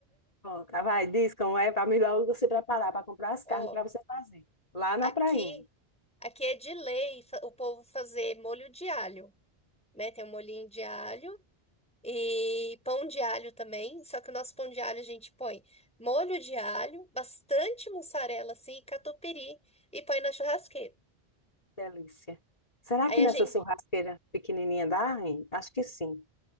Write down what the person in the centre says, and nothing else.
Ó.
Aqui,
aqui é de lei fa- o povo fazer molho de alho, né? Tem um molhinho de alho e pão de alho também. Só que o nosso pão de alho a gente põe molho de alho, bastante mussarela assim, e catupiry e põe na churrasqueira.
Aí
a
gente,